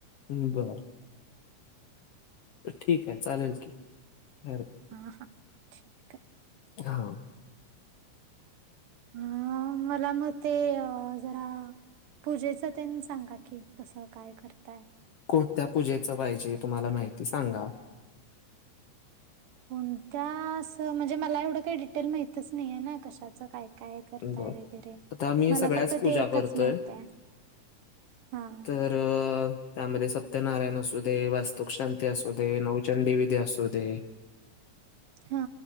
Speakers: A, on the left; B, on the right.
A: बरं. ठीक हाय चालेल की, नाय हरकत.
B: हा, ह. <unintelligible>
A: हा.
B: अ, मला मग ते अ जरा पूजेच तेन सांगा की, कसं काय करताय?
A: कोणत्या पूजेचं पाहिजे, तुम्हाला माहिती सांगा?
B: कोणत्या असं म्हणजे, मला एवढं काय डिटेल माहितच नाही हेना कशाच काय काय करता
A: बरं.
B: वैगेरे,
A: आता मी
B: मला
A: सगळ्याच
B: फक्त
A: पूजा
B: ते एकच
A: करतोय.
B: माहित हाय, हा, हा
A: तर अ, त्यामध्ये सत्यनारायण असु दे, वास्तुक शांती असू दे, नवचंडी विधी असू दे.
B: हा.